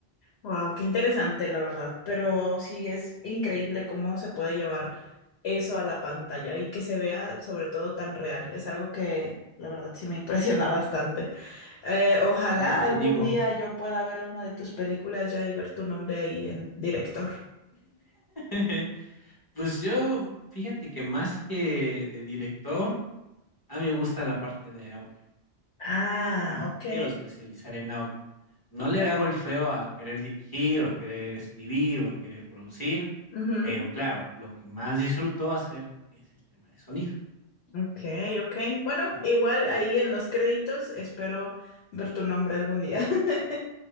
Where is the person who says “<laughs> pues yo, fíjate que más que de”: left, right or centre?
Left